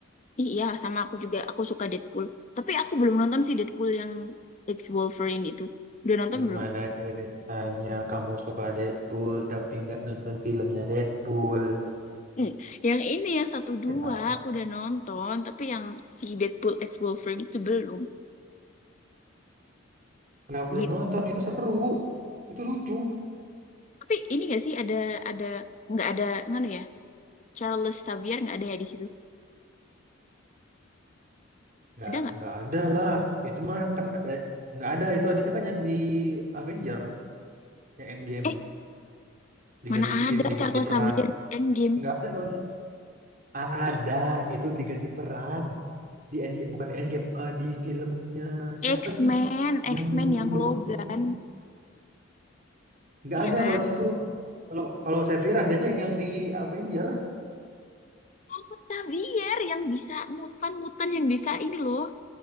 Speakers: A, on the left; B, on the right.
A: Ih, Iya, sama aku juga. Aku suka Deadpool. Tapi aku belum nonton sih Deadpool yang X Wolverine itu. Udah nonton
B: Gimana
A: belum?
B: ceritanya kamu suka Deadpool tapi nggak nonton filmnya Deadpool?
A: Hmm. Yang ini yang satu
B: Aneh
A: dua
B: banget.
A: aku udah nonton, tapi yang si Deadpool X Wolverine itu belum.
B: Kenapa
A: Gitu.
B: belum nonton? Itu seru. Itu lucu.
A: Tapi ini gak sih ada ada nggak ada nganu ya? Charles Xavier nggak ada ya di situ?
B: Nggak,
A: Ada nggak?
B: nggak ada lah. Itu mah kan ada, nggak ada. Itu adanya kan yang di Avenger, yang Endgame
A: Eh,
B: diganti
A: mana ada
B: diganti
A: Charles
B: peran.
A: Xavier di Endgame?
B: Nggak ada kalau di situ. Ada, itu diganti peran di Endgame, bukan di Endgame, eh, di filmnya siapa
A: X-Men,
B: sih
A: X-Men
B: yang
A: yang
B: ini
A: Logan.
B: waktu tuh nggak
A: Iya
B: ada
A: kan?
B: kalau di situ kalau kalau Xavier adanya yang, yang di Avenger
A: Sama Xavier yang bisa mutan-mutan yang bisa ini loh,